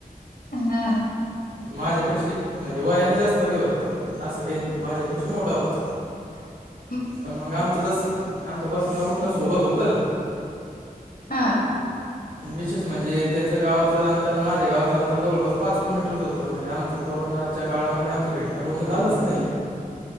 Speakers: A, on the left (about 80°); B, on the right (about 85°).
A: हा.
B: माझ्यापेक्षा म्हणजे वयाने जास्त बी होता तो, असं काही नाही माझ्यापेक्षा मोठा होता.
A: <unintelligible>
B: पण मग आमचं जस, आमचं बसणं उठणं सोबत होतं.
A: हा
B: विशेष म्हणजे, त्याचं गावाचं अंतर अन माझ्या गावाचंं अंतर जवळपास पाच किलोमीटरच होत तर म्हणजे आमचं कोरोनाच्या काळामध्ये आमचं भेटणं बोलणं झालंच नई.